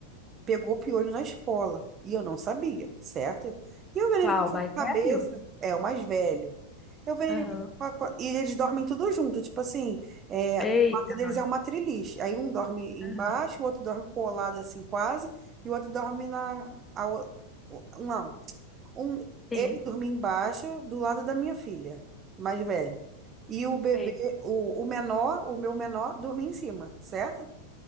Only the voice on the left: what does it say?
qual?
Mais
velho?
Aham.
Eita,
nós.
Aham.
Sim,
sei.